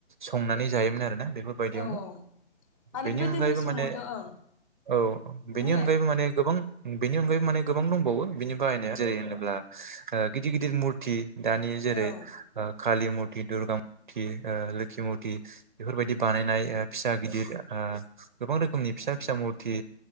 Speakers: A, on the right (about 45°); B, on the left (about 30°).
A: संनानै जायोमोन आरोना। बेफोरबायदियावनो
B: औ औ आरो
A: बेनि
B: गोदोनि
A: अनगायैबो
B: समावथ'
A: माने
B: ओं
A: औ बेनि
B: बुंलाय
A: अनगायैबो माने गोबां बेनि अनगायै माने गोबां दंबावो बेनि बाहायनाया जेरै होनोब्ला गिदिर गिदिर मुरथि दानि जेरै
B: औ
A: कालि मुर्थि, दुर्गा मुर्थि ओ लोख्खि मुरथि बेफोरबायदि बानायनाय ओ फिसा गिदिर आळगोबां रोखोमनि फिसा फिसा मुरथि